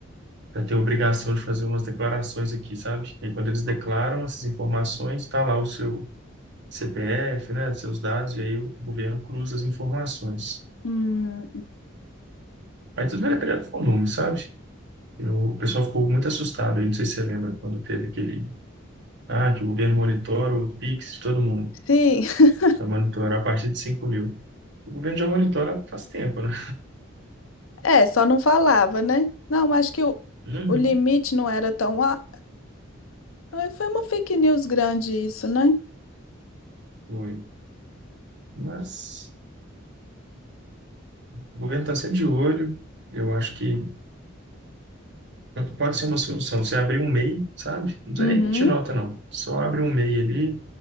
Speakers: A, on the right (about 60°); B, on the left (about 90°).
A: Eu tenho obrigação de fazer umas declarações aqui, sabe? E aí, quando eles declaram essas informações, está lá o seu CPF, né, os seus dados, e aí o governo cruza as informações.
B: Hum,
A: Aí tudo vai depender do volume, sabe? Eu, o pessoal ficou muito assustado, aí, não sei se você lembra quando teve aquele, ah, que o governo monitora o Pix de todo mundo,
B: sim, <laughs>
A: vai monitorar a partir de 5 mil. O governo já monitora faz tempo, né?
B: é, só não falava, né? Não, acho que o,
A: Uhum.
B: o limite não era tão. a- Ah, foi uma fake news grande isso, né?
A: Foi. Mas o governo está sempre de olho, eu acho que Pode ser uma solução. Você abrir um MEI, sabe? Não precisa
B: Uhum.
A: nem emitir nota, não. Só abre um MEI ali,